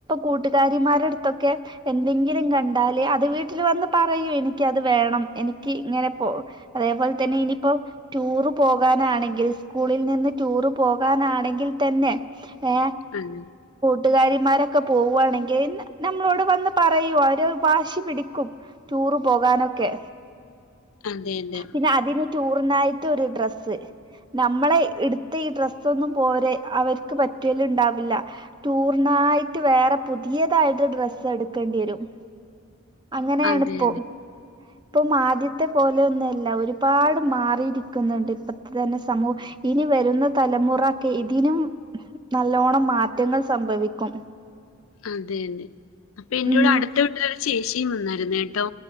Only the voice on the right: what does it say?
കൂട്ടുകാരന്മാരാടുത്തൊക്കെ എന്തെങ്കിലും കണ്ടാൽ അത് വീട്ടിൽ വന്ന് പറയും എനിക്ക് അത് വേണം എനിക്ക് ഇങ്ങനെഅത് പോലെ തന്നെ ഇനീപ്പോ ടൂർ പോകണങ്കിൽ സ്കൂളിൽ നിന്ന് ടൂർ പോകാനാണെങ്കിൽ തന്നെ എ
കൂട്ടുകാരൻമാരൊക്കെ പോവുകയാണെങ്കിൽ നമ്മളോട് വന്ന് പറയും വാശി പിടിക്കും ടൂർ പോകാനൊക്കെ
പിന്നെ അതിന് ടൂറിനായിട്ട് ഒരു ഡ്രസ്സ്, നമ്മളെ എടുത്ത് ഈ ഡ്രസ്സ് ഒന്നും പോരെ അവർക്ക് പറ്റി ഉണ്ടാവില്ല ടൂർനായിട്ട് വേറെ പുതിയതായിട്ട് ഡ്രസ്സ് എടുക്കേണ്ടിവരും <unintelligible>
<inaudible> ഇപ്പൊ
ആദ്യത്തെ പോലെയല്ല ഒരുപാട് മാറിയിരിക്കുന്നുഇപ്പൊ തന്നെ സമൂഹം ഇനി വരുന്ന തലമുറ ഇതിനും നല്ലോണം മാറ്റങ്ങൾ സംഭവിക്കും
ഉം